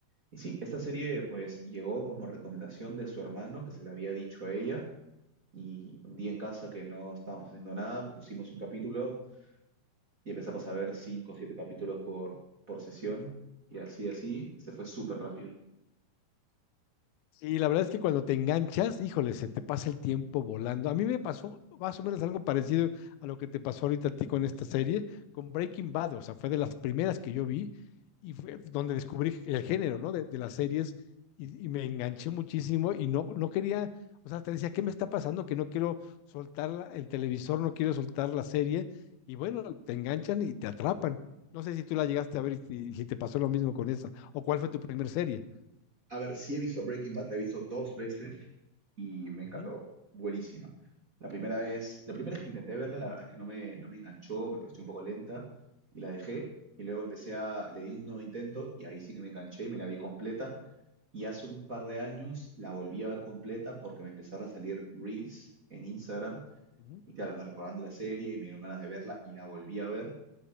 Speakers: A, on the right; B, on the left.
A: Y sí, esta serie pues llegó como recomendación de su hermano que se le había dicho a ella y un día en casa que no estábamos haciendo nada, pusimos un capítulo y empezamos a ver cinco o siete capítulos por, por sesión y así, así, se fue súper rápido.
B: Sí, la verdad es que cuando te enganchas, híjole, se te pasa el tiempo volando. A mí me pasó más o menos algo parecido a lo que te pasó ahorita a ti con esta serie, con Breaking Bad, o sea, fue de las primeras que yo vi y fue donde descubrí el género, ¿no? De, de las series y, y me enganché muchísimo y no, no quería, o sea, te decía, ¿qué me está pasando? Que no quiero soltar la- el televisor, no quiero soltar la serie y bueno, te enganchan y te atrapan. No sé si tú la llegaste a ver y si, si te pasó lo mismo con esa, o cuál fue tu primera serie.
A: A ver, sí he visto Breaking Bad, la he visto dos veces y me encantó,
B: Ujú,
A: buenísima. La primera vez, la primera vez que intenté verla, la verdad es que no me, no me enganchó, me pareció un poco lenta y la dejé. Y luego empecé a, le di un nuevo intento y ahí sí que me enganché y me la vi completa. Y hace un par de años la volví a ver completa porque me empezaron a salir reels en Instagram.
B: ujú.
A: Y claro, me recordaron de la serie, me dieron ganas de verla y la volví a ver.